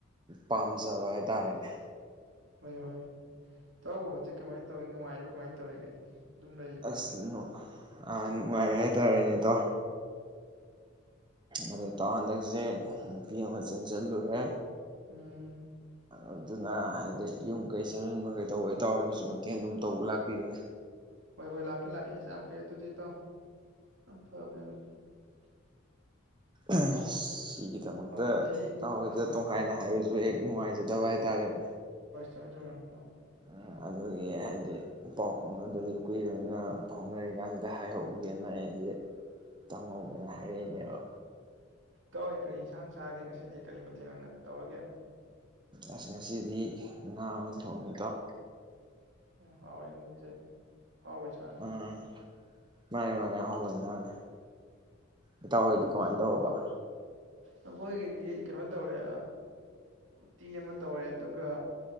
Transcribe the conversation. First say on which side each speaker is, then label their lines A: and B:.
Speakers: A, on the right (about 25°); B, on the right (about 65°).
A: ꯄꯥꯝꯖꯕ ꯍꯥꯏꯇꯥꯥꯔꯦꯅꯦ
B: ꯍꯣꯏ ꯍꯣꯏ ꯇꯧꯕꯕꯨ ꯍꯧꯖꯤꯛ ꯀꯃꯥꯏꯅ ꯇꯧꯋꯤ ꯅꯨꯡꯉꯥꯏꯔꯤꯕ ꯀꯃꯥꯏꯅ ꯇꯧꯔꯤꯒꯦ ꯑꯗꯨꯝ ꯂꯩꯔꯤꯕ꯭ꯔꯥ
A: ꯑꯁ ꯅꯣ ꯑꯥ ꯅꯨꯡꯉꯥꯏꯔꯦ ꯍꯥꯏꯇꯥꯔꯦꯅꯦꯗꯣ ꯑꯗꯨ ꯇꯥꯎ ꯍꯟꯗꯛꯁꯦ ꯅꯨꯄꯤ ꯑꯃ ꯆꯦꯟꯁꯤꯜꯂꯨꯔꯦ
B: ꯎꯝ
A: ꯑꯗꯨꯅ ꯍꯥꯏꯗꯤ ꯌꯨꯝ ꯀꯩ ꯁꯦꯝꯖꯤꯟꯕ ꯀꯩ ꯇꯧꯕꯩ ꯇꯥꯔꯅꯁꯨ ꯃꯇꯦꯡ ꯑꯗꯨꯝ ꯇꯧꯕ ꯂꯥꯛꯄꯤꯕꯅꯦ
B: ꯍꯣꯏ ꯍꯣꯏ ꯂꯥꯛꯀꯦ ꯂꯥꯛꯀꯦ ꯑꯁ ꯌꯥꯝ ꯐꯩ ꯑꯗꯨꯗꯤꯇꯣ ꯑꯐꯕꯅꯦꯗ
A: ꯎꯝ ꯁꯤꯒꯤꯗꯃꯛꯇ
B: ꯉꯁꯤ
A: ꯇꯍꯣꯏꯗ
B: ꯑꯥ
A: ꯇꯣꯡꯈꯥꯏꯅ
B: ꯎꯝ
A: ꯍꯥꯏꯕꯁꯨ ꯍꯦꯛ ꯅꯨꯡꯉꯥꯏꯖꯗꯕ ꯍꯥꯏꯇꯥꯔꯦꯅꯦ
B: ꯆ ꯆꯧꯅꯣ
A: ꯎꯝ ꯑꯗꯨꯒꯤ ꯍꯥꯏꯗꯤ ꯄꯥꯎ ꯐꯥꯎꯅꯗ꯭ꯔꯁꯨ ꯀꯨꯏꯔꯕꯅꯤꯅ ꯐꯥꯎꯅꯔꯤ ꯀꯥꯟꯁꯤꯗ ꯍꯥꯏꯍꯧꯒꯦꯅ ꯑꯩꯁꯦ ꯇꯝꯍꯧꯒꯦꯅ ꯍꯥꯏꯔꯛꯏꯅꯦꯕ
B: ꯀꯧꯏ ꯀꯔꯤ ꯌꯦꯟꯁꯥꯡ ꯆꯥꯒꯦ ꯉꯁꯤꯗꯤ ꯀꯔꯤ ꯃꯊꯦꯜ ꯑꯣꯏꯅ ꯇꯧꯔꯒꯦ
A: ꯑꯁ ꯉꯁꯤꯗꯤ ꯉꯥ ꯑꯣꯏꯅ ꯊꯣꯡꯅꯤꯠꯇꯣ
B: ꯍꯅꯁꯦ ꯍꯥꯎꯩꯁꯅꯦ
A: ꯎꯝ ꯃꯥꯅꯦ ꯃꯥꯅꯦꯍꯥꯎꯕꯅꯤ ꯏꯇꯥꯎ ꯍꯣꯏꯗꯤ ꯀꯃꯥꯏꯅ ꯇꯧꯔꯕ
B: ꯑꯩꯈꯣꯏꯒꯤꯗꯤ ꯀꯩꯅꯣ ꯇꯧꯔꯦ ꯎꯇꯤ ꯑꯃ ꯇꯧꯔꯦ ꯑꯗꯨꯒ